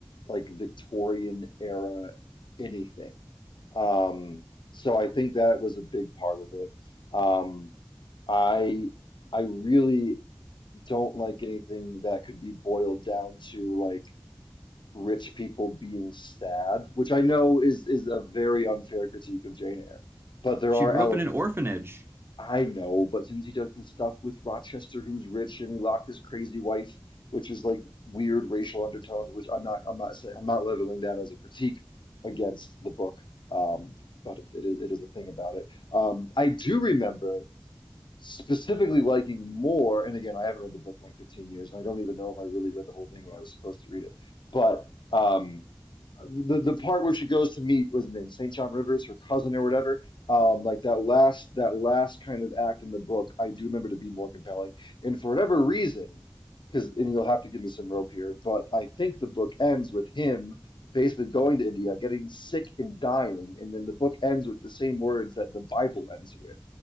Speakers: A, on the left; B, on the right.
A: like Victorian era anything. Um, so I think that was a big part of it. Um, I I really don't like anything that could be boiled down to like rich people being sad, which I know is is a very unfair critique of Jane Eyre, but there
B: She
A: are
B: grew
A: elements
B: up in an orphanage.
A: of that. I know, but since he does this stuff with Rochester, who's rich, and he locked his crazy wife, which is like weird racial undertones, which I'm not, I'm not saying, I'm not leveling that as a critique against the book, um, but it, it is, it is a thing about it. Um, I do remember specifically liking more, and again, I haven't read the book in like 15 years, and I don't even know if I really read the whole thing when I was supposed to read it, but. um the the part where she goes to meet was the name St. John Rivers, her cousin or whatever. Um, like that last that last kind of act in the book, I do remember to be more compelling. And for whatever reason, because and you'll have to give me some rope here, but I think the book ends with him basically going to India, getting sick and dying, and then the book ends with the same words that the Bible ends with,